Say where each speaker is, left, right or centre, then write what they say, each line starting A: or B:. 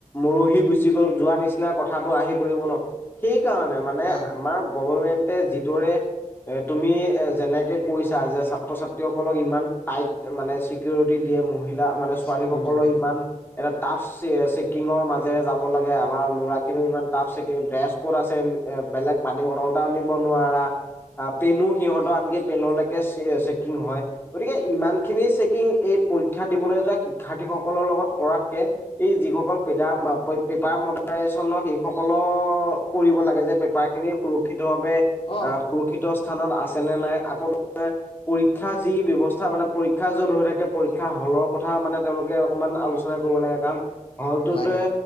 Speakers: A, on the left; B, on the left.
A: মৰহি গুচি গ'ল যোৱা নিচিনা কথাটো আহি পৰিব ন। সেই কাৰণে মানে
B: হয়
A: আমাৰ গভৰমেন্ট তে যিদৰে এ তুমি যেনেকে কৈছা যে ছাত্ৰ-ছাত ত্ৰীসকলক ইমান টাইট মানে চিকিউৰিটি দিয়ে, মহিলা মানে ছোৱালীসকলৰ
B: চিকিউৰিটি দিয়ে
A: ইমান এটা টাফ চেকিঙৰ মাজেৰে যাব লাগে আমাৰ ল'ৰাখিনিও ইমান টাফ চেকিং ড্ৰেছ ক'ড আছে এ বেলেগ পানী বটল এটাও নিব নোৱাৰা, পেনো সিহঁতৰ আনকি পেনলেকে চে হয়, গতিকে ইমান খিনি চেকিং এই পৰীক্ষা দিবলে যোৱা শিক্ষাৰ্থীসকলৰ লগত কৰাতকে এই যিসকল পেদাৰ পেপাৰ মডাৰেশ্বনৰ সেইসকলৰ কৰিব লাগে যে পেপাৰ খিনি সুৰক্ষিতভাৱে
B: অ'
A: আ সুৰক্ষিত স্থানত আছে নে নাই, আকৌ পৰীক্ষা যি ব্যৱস্থা মানে, পৰীক্ষা য'ত হৈ থাকে, পৰীক্ষা হলৰ কথা মানে তেওঁলোকে অকণমান আলোচনা কৰিব লাগে। কাৰণ হলটোতে
B: লাগে